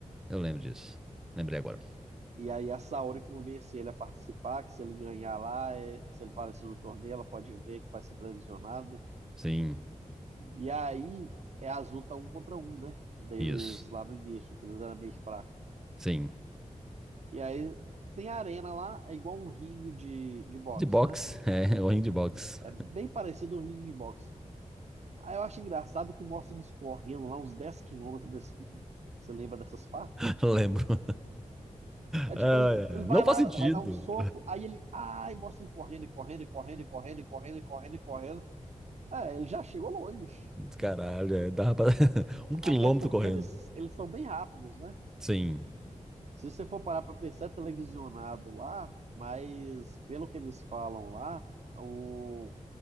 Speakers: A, in the centre; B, on the right.
A: Eu lembro disso. Lembrei agora.
B: E aí a Saori convence ele a participar, que se ele ganhar lá, é- se ele aparecer no torneio, ela pode ver que vai ser televisionado.
A: Sim.
B: E aí é as lutas um contra um, né? Deles
A: Isso.
B: lá no início, que eles eram meio fracos.
A: Sim.
B: E aí tem a arena lá, é igual um ringue de, de boxe,
A: De boxe,
B: né?
A: <laughs> é, o ringue de boxe.
B: É bem parecido um ringue de boxe. Aí eu acho engraçado que mostra eles correndo lá uns 10 quilômetros desse ringue. Você lembra dessas partes?
A: <laughs> Lembro.
B: É
A: Ah,
B: tipo, ele,
A: é.
B: ele
A: Não
B: vai
A: faz
B: lá,
A: sentido.
B: vai dar um soco, aí ele. Ai, mostra ele correndo, e correndo, e correndo, e correndo, e correndo, e correndo, e correndo. É, ele já chegou longe.
A: Caralho, é, dava pra... <laughs> um quilômetro
B: Até porque
A: correndo.
B: eles, eles são bem rápidos, né?
A: Sim,
B: Se você for parar pra pensar, é televisionado lá, mas pelo que eles falam lá, o